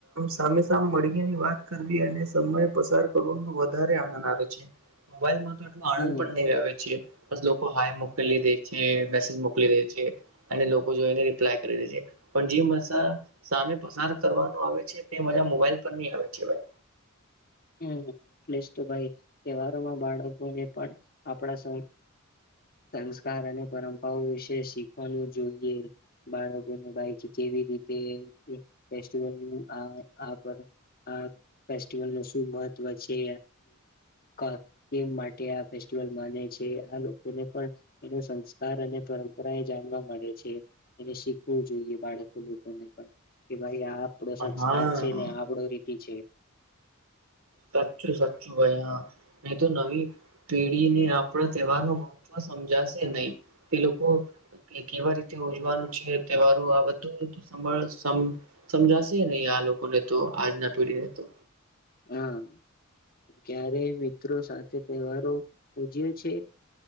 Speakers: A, on the right (about 75°); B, on the left (about 45°).
A: સામે -સામે મળી ની વાત કરવી અને સમય પસાર કરનો વધારે આનંદ. છે મોબાઈલમાં તોટલો
B: ભાઈ
A: આનંદ
B: હમ
A: પણ નહી આવે છે. બસ લોકો હાય મોકલી દે છે મેસેજ મોકલી દે છે અને લોકો જોઈને ય કરીે પણ જે મા સામે પસાર કરવાનું આવે છે તે મજા મોબાઈલ પર ન આવે છે. હ <inaudible>
B: હમ એટલે જ તો ભાઈ તહેવારોમાં બાળકોને પણ આપડા સ સંસ્કાર અને પરંપરાઓ વિશે શીખવાનું જોઈએ. બાળકોને બાકી કેવી રીતે ફેિવલ આ ફેસ્ટિવલ ન શું મહત્વ છે આ માટે આ ફ માને છે આ લોકોને પણ એનો સંસ્કાર અને પરંપરા એ જાણવા મળે છે એને શીખવું જોઈએ બાળકો લોકોને પણ કે ભાઈ આપડો સંસ્કાર
A: હા
B: છે ને આપડો રીતિ છે.
A: સાચું- સાચું ભાઈ હા નહી તો નવી પેઢીને આપણા તહેવાર ન મહત્વ સમજાશે નહી તે લોકો કે કેવા રીતે ઉજવાનું છે તહેવારો આ બધુંળ સમજાશે લોકોને તો આજના પેઢીને તો.
B: હા ક્યારે મિત્રો સાથે તહેવારો ઉજ્યો છે?